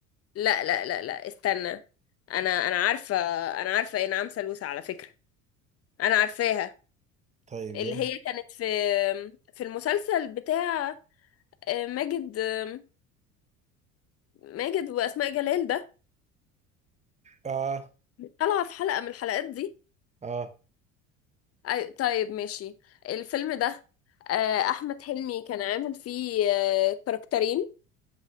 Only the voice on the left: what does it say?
لا لا لا لا استنى انا انا عارفه انا عارفه انعام سالوسة على فكره انا عارفاها
اللي
هي كانت في في المسلسل بتاع آه، ماجد آم، ماجد واسماء جلال ده
طالعه في حلقه من الحلقات دي
أي... طيب ماشي الفيلم ده آه، احمد حلمي كان عامل فيه آه، كاركترين